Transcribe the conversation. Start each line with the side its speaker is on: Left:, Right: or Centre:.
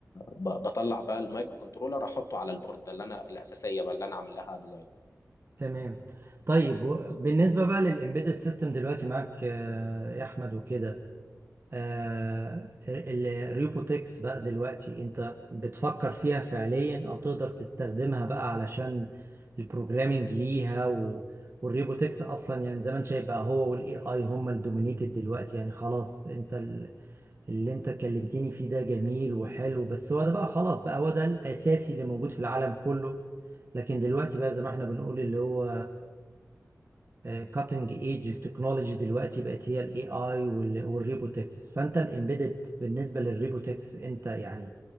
Left: ب- بطلع بقى المايكرو كنترولر احطه على البوردة اللي انا الاساسيه بقى اللي انا عامل لها ديزاين
Right: تمام طيب و- بالنسبة بقى للإمبيدد سيستم دلوقتي معاك آه، يا أحمد وكده آه، ال- الريبوتكس بقى دلوقتي أنت بتفكر فيها فعليا أو تقدر تستخدمها بقى علشان البروجرامينج ليها و... والريبوتكس أصلا يعني زي ما أنت شايف بقى هو وال AI هم الدومينيتد دلوقتي يعني خلاص أنت اللي انت كلمتني فيه ده جميل وحلو بس هو ده بقى خلاص بقى هو ده الأساسي اللي موجود في العالم كله لكن دلوقتي بقى زي ما احنا بنقول اللي هو كاتنج ايدج تكنولوجي دلوقتي بقت هي الاي اي والريبوتكس فانت الامبيدد بالنسبة للريبوتكس انت يعني